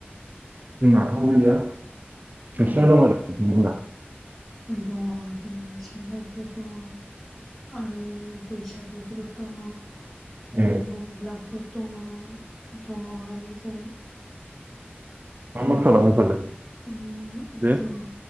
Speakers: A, on the right; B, in the centre.
A: जोंनाथ' गैया नोंसिना
B: औ
A: दं आरो
B: दङ जोंना सेल हेल्प ग्रुप दङ। आरो बैसागु ग्रुप दङ।
A: ए
B: आरो महिला ग्रुप दङ दङ आरो जों।
A: मा मा खालामो फालाय
B: उम
A: दे।
B: जों